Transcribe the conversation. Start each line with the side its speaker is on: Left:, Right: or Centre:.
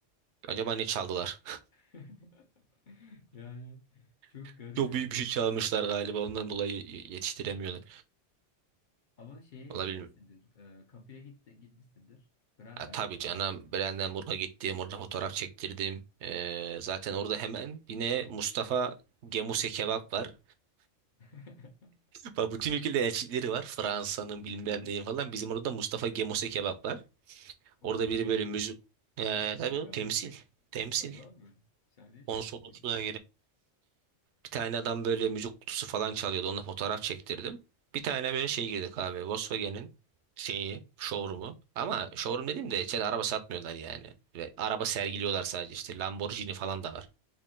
Right: Acaba ne çaldılar?
Left: <laughs> Yani çok
Right: <laughs>
Left: garip
Right: Çok
Left: yani.
Right: büyük bir şey çalmışlar galiba ondan dolayı y- yetiştiremiyorlar.
Left: Ama şeye
Right: Olabilir.
Left: gitmişsindir. e, kapıya gitti, gitmişsindir. Brandenburg
Right: Ya, tabii canım
Left: kapısına.
Right: Brandenburg'a gittim orada fotoğraf çektirdim. Ee, zaten orada hemen yine Mustafa Gemuse kebap var.
Left: <laughs>
Right: <laughs> Bak bütün ülkede elçilikleri var. Fransa'nın bilmem neyi falan. Bizim orada Mustafa Gemuse kebap var.
Left: O
Right: Orada
Left: da
Right: biri
Left: büyük
Right: böyle
Left: bir
Right: müzik. Ee,
Left: elçilik
Right: tabii oğlum,
Left: abi.
Right: temsil. Temsil.
Left: Tabii abi. Sen de şey
Right: Konsolosluğa
Left: etmesin.
Right: Bir tane adam böyle müzik kutusu falan çalıyordu. Onunla fotoğraf çektirdim. Bir tane böyle şey girdik abi. Volkswagen'in şeyi, showroom'u. Ama showroom dediğim de içeride araba satmıyorlar yani. Ve araba sergiliyorlar sadece işte. Lamborghini falan da var.